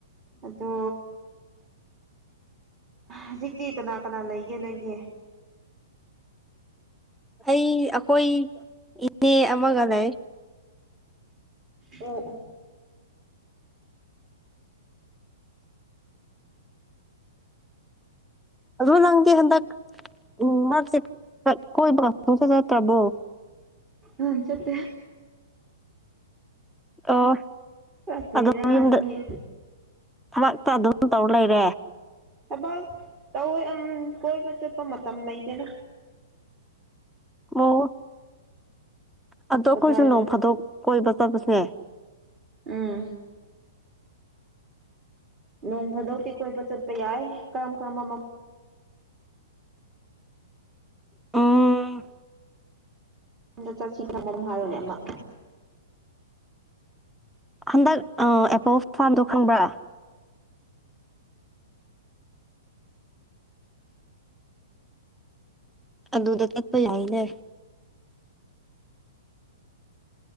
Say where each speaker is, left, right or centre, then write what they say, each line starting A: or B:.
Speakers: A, on the right (about 25°); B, in the centre.
A: ꯑꯗꯣ ꯍꯧꯖꯤꯛꯇꯤ ꯀꯅꯥ ꯀꯅꯥ ꯂꯩꯒꯦ ꯅꯣꯏꯗꯤ
B: ꯑꯩ ꯑꯩꯈꯣꯏ ꯏꯅꯦ ꯑꯃꯒ ꯂꯩ
A: ꯑꯣ <inaudible>
B: ꯑꯗꯨ ꯅꯪꯗꯤ ꯍꯟꯗꯛ ꯃꯔꯛꯁꯦ ꯀꯣꯏꯕꯒ ꯁꯨꯡꯆꯠ ꯆꯠꯇꯔꯕꯣ
A: ꯑ ꯆꯠꯇꯦ
B: ꯑꯣ
A: ꯑ ꯕꯦꯔꯥꯅꯤꯍꯦ
B: ꯑꯗꯨꯝ ꯌꯨꯝꯗ ꯊꯕꯛꯇ ꯑꯗꯨꯝ ꯇꯧꯔ ꯂꯩꯔꯦ
A: ꯊꯕꯛ ꯇꯧꯋꯦ ꯑꯝ ꯀꯣꯏꯕ ꯆꯠꯄ ꯃꯇꯝ ꯂꯩꯇꯦꯗ
B: ꯑꯣ ꯑꯗꯣ ꯑꯩꯈꯣꯏꯁꯨ
A: ꯀꯗꯥꯏꯗ
B: ꯅꯣꯡ ꯐꯥꯗꯣꯛ ꯀꯣꯏꯕ ꯆꯠꯄꯁ <inaudible>
A: ꯑꯝ ꯅꯣꯡ ꯐꯥꯗꯧꯛꯇꯤ ꯀꯣꯏꯕ ꯆꯠꯄ ꯌꯥꯏ ꯀꯔꯝ ꯀꯔꯝꯕ
B: ꯎꯝ
A: ꯃꯝꯗ ꯆꯠꯁꯤꯛ ꯅꯪ ꯃꯔꯝ ꯍꯥꯏꯔꯨꯅꯦ ꯑꯃ
B: ꯍꯟꯗꯛ ꯑꯦꯄꯜ ꯐꯥꯔꯝꯗꯣ ꯈꯪꯕ꯭ꯔꯥ ꯑꯗꯨꯗ ꯆꯠꯄ ꯌꯥꯏꯅꯦ